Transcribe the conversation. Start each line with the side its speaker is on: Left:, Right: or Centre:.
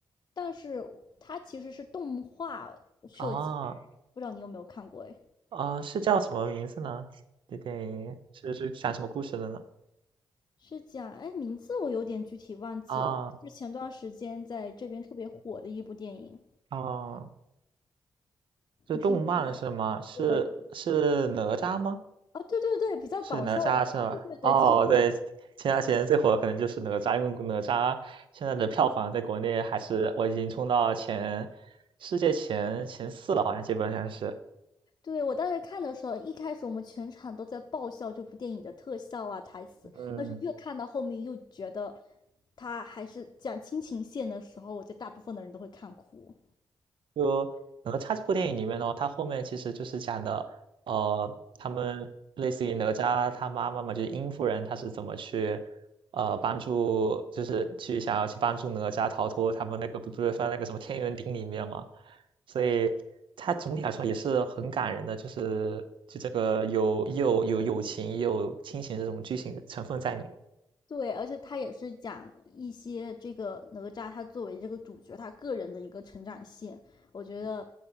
Left: 但是它其实是动画设计的，
Right: 啊，
Left: 不知道你有没有看过？哎。
Right: 啊，是叫什么名字呢？这电影是是讲什么故事的呢？
Left: 是讲，哎，名字我有点具体忘记了，
Right: 啊，
Left: 就是前段时间在这边特别火的一部电影，
Right: 啊。是动漫是吗？
Left: 你听过吗？
Right: 是是哪吒吗？
Left: 对，对哦，对对对，比较搞笑的，
Right: 是哪吒是吧？
Left: 对对对，
Right: 哦，
Left: 就是，
Right: 对，前段时间最火的可能就是哪吒，因为哪吒现在的票房在国内还是我已经冲到前世界前前四了，好像基本上是，
Left: 对，我当时看的时候，一开始我们全场都在爆笑这部电影的特效啊、台词，
Right: 嗯。
Left: 但是越看到后面又觉得，他还是讲亲情线的时候，我觉得大部分的人都会看哭。
Right: 就哪吒这部电影里面呢，它后面其实就是讲的，呃，他们类似于哪吒他妈妈嘛，就是殷夫人，她是怎么去，呃，帮助，就是去想要去帮助哪吒逃脱他们那个不不是放在那个什么天元鼎里面嘛，所以它总体来说也是很感人的，就是就这个有又有友情也有亲情这种剧情成分在里面。
Left: 对，而且他也是讲一些这个哪吒他作为这个主角他个人的一个成长线，我觉得，